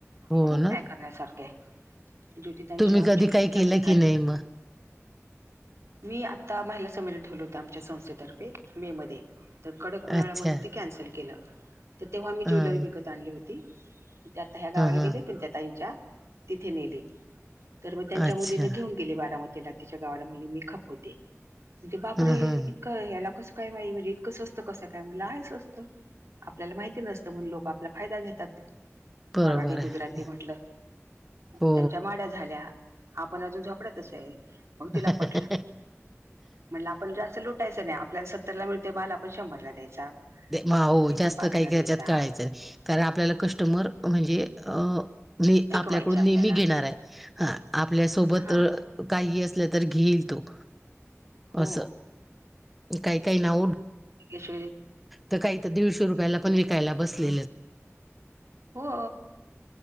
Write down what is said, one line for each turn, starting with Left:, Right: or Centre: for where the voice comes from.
Centre: हो
Right: खूप
Centre: ना
Right: काय करण्यासारखे ज्योती ताईंशी
Centre: तुम्ही
Right: आमची
Centre: कधी
Right: बरीच
Centre: काही केलं
Right: चर्चा
Centre: की
Right: झाली
Centre: नाही मग
Right: मी आता महिला संमेलन ठेवलं होतं आमच्या संस्थेतर्फे मे मध्ये तर कडक उन्हाळा
Centre: अच्छा
Right: म्हणून ते कॅन्सल केलं तर तेव्हा मी ज्वेलरी
Centre: हा
Right: विकत आणली होती. त्या आता ह्या गावाला
Centre: हा
Right: गेली
Centre: हा
Right: त्या ताईच्या तिथे नेली तर मग त्यांच्या
Centre: अच्छा
Right: मुलीन घेऊन गेले बारामतीला तिच्या गावाला म्हणली मी खपवते. म्हण ते बाप
Centre: हा
Right: रे
Centre: हा
Right: इतकं ह्याला कसं काय हाय म्हणजे इतकं स्वस्त कसं काय म्हणलं आहे स्वस्त आपल्याला माहिती नसतं म्हणुन लोक आपला फायदा घेतात.
Centre: बरोबर
Right: मारवाडी गुजराती
Centre: आहे
Right: म्हटलं
Centre: हो
Right: त्यांच्या माड्या झाल्या आपण अजून झोपड्यातच आहे मग
Centre: हो.
Right: तिला पटलं म्हणलं आपण जास्त लुटायचं नाही आपल्याला सत्तर ला मिळते माल आपण शंभरला द्यायचा
Centre: हो
Right: एकशे
Centre: जास्त
Right: पाच
Centre: काही
Right: ला
Centre: ह्याच्यात
Right: द्यायचा
Centre: काही कळायचं नाही कारण आपल्याला कस्टमर म्हणजे अ जे
Right: टिकवायचे
Centre: आपल्याकडून
Right: आपल्याला
Centre: नेहमी घेणार आहे. हा आपल्यासोबत
Right: हा
Centre: काही असलं तर घेईल तो
Right: हो
Centre: असं काही काही ना उ-
Right: श
Centre: तर काही तर दीडशे रुपयाला पण विकायला बसलेलं
Right: हो